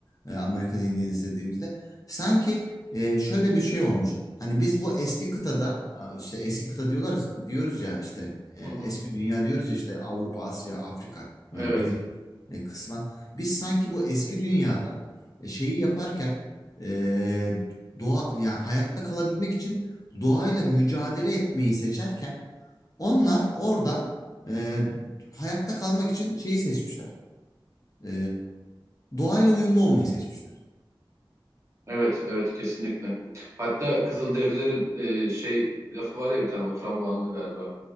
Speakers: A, on the left; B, on the right.
A: E, American Indians dediğimizde. Sanki e, şöyle bir şey olmuş. Hani biz bu eski kıtada a, işte eski kıta diyorlar diyoruz ya işte e,
B: hı
A: eski
B: hı.
A: dünya diyoruz ya işte Avrupa, Asya, Afrika yani
B: Evet.
A: bilin e, kısma. Biz sanki bu eski dünyada e, şeyi yaparken e, doğa yani hayatta kalabilmek için doğayla mücadele etmeyi seçerken onlar orada e, hayatta kalmak için şeyi seçmişler. E, doğayla uyumlu olmayı seçmişler.
B: Evet, evet kesinlikle. Hatta Kızılderililerin e, şey lafı var ya bir tane oturan bu anlı galiba.